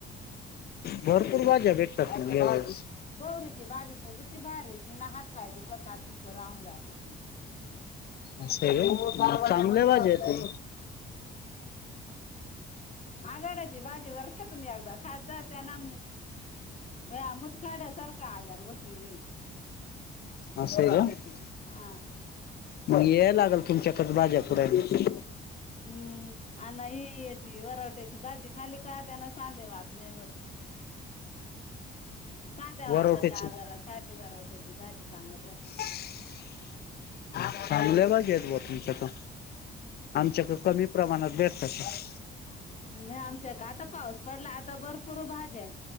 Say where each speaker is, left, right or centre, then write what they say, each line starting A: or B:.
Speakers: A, on the left; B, on the left.
A: भरपूर भाज्या भेटतात तुम्हीळेस
B: बौरीची बाजू तर कि तती भारी ती नहात पाय दुखत असेल तर राहून जात हो.
A: असे
B: हम्म
A: चांगले वाज येत <inaudible>
B: आघाडाची भाजी वर्षातून एकदा खादा त्यांना बया मुतखड्यासारखा आजार वती लई.
A: असं आहे का
B: आ!
A: मग वेळ लागल तुमच्याकडं भाज्या खुडायला.
B: हम्म आण ही याची वरावट्याची भाजी खाल का त्याना सांधे वात नाही व्हतं. सांध्या वाताच्या
A: वरवट्याची
B: आजारा साठी वरवठ्याची भाजी चांगल राहत.
A: <unintelligible> चांगल्या बागेत तर आमच्याकड कमी प्रमाणात भेटतात <unintelligible>
B: नाही आमच्या का आता पाऊस पडला आता भरपूर भाज्या.